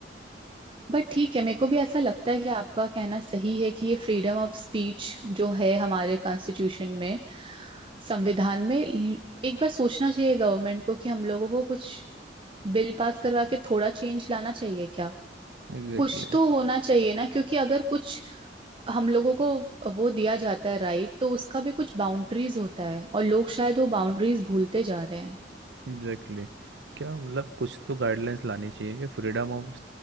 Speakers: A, on the right (about 30°); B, on the right (about 70°).
A: बट ठीक है मेरे को भी ऐसा लगता है कि आपका कहना सही है कि ये फ्रीडम ऑफ स्पीच जो है हमारे कॉन्स्टिट्यूशन में संविधान में ये- एक बार सोचना चाहिए गवर्नमेंट को कि हम लोगों को कुछ बिल पास करवा के थोड़ा चेंज लाना चाहिए क्या
B: Exactly
A: कुछ तो होना चाहिए ना क्योंकि अगर कुछ हम लोगों को वो दिया जाता है राइट तो उसका भी कुछ बाउंड्रीज होता है और लोग शायद वो बाउंड्रीज भूलते जा रहे हैं
B: exactly exactly. क्या मतलब कुछ तो गाइडलाइंस लानी चाहिए कि फ्रीडम ऑफ